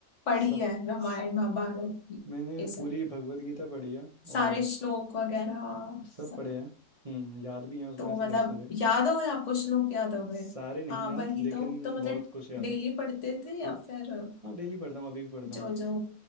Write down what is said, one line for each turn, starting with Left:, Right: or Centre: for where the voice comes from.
Left: पढ़ी
Right: सा,
Left: है रामायण
Right: स-
Left: महाभारत
Right: मैंने
Left: ये सब
Right: पूरी भगवत गीता पढ़ी है
Left: सारे
Right: और
Left: श्लोक वगैरह
Right: सब
Left: सब
Right: पढ़े हैं हम्म याद भी हैं उसमें
Left: तो
Right: ऐसे
Left: मतलब
Right: बहुत सारे
Left: याद हो गए आपको श्लोक याद हो गए
Right: सारे नहीं
Left: हाँ
Right: याद
Left: वही
Right: लेकिन
Left: तो तो मतलब
Right: बहुत कुछ याद
Left: डेली
Right: है
Left: पढ़ते थे या फिर
Right: हाँ डेली पढ़ता हूँ अभी भी पढ़ता
Left: जो
Right: हूँ
Left: जो